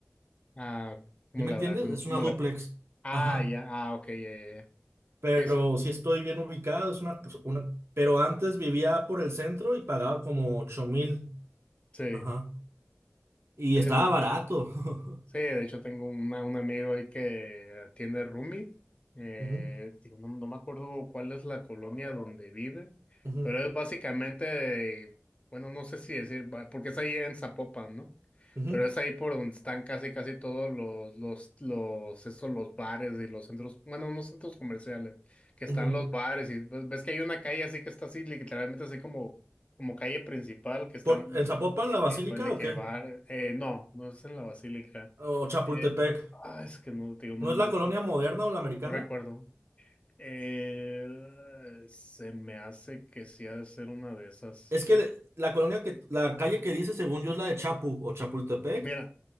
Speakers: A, on the left; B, on the right.
A: Ah, ¿cómo
B: ¿Sí me
A: la
B: entiendes?
A: da? ¿Cómo,
B: Es
A: cómo
B: una duplex.
A: la paga? Ah,
B: Ajá.
A: ya, ah, ok, ya, ya, ya.
B: Pero
A: Sí, sí.
B: sí estoy bien ubicado, es una, pues, una... Pero antes vivía por el centro y pagaba como ocho mil.
A: <laughs>
B: Ajá. Y
A: Sí.
B: estaba barato. <laughs>
A: Sí, de hecho tengo una- un amigo ahí que tiene roomie. Eh,
B: Ujú,
A: digo, no, no me acuerdo cuál es la colonia donde vive,
B: ujú,
A: pero es básicamente, bueno, no sé si decir, va- porque es ahí en Zapopan, ¿no?
B: ujú.
A: Pero es ahí por donde están casi, casi todos los, los, los, estos, los bares y los centros, bueno, unos centros comerciales, que están
B: Ujú.
A: los bares y pues, ves que hay una calle así que está así, literalmente así como, como calle principal, que están,
B: Por, ¿en Zapopan la Basílica
A: eh, pues, de
B: o
A: que
B: qué?
A: bar, eh, no, no es en la Basílica.
B: ¿O Chapultepec?
A: Eh, ah, es que no, te digo, no,
B: ¿No
A: no,
B: es la
A: no
B: colonia moderna o la americana?
A: recuerdo. Eh, se me hace que sí ha de ser una de esas.
B: Es que le- la colonia que, la calle que dice, según yo, es la de Chapu o Chapultepec,
A: Mira,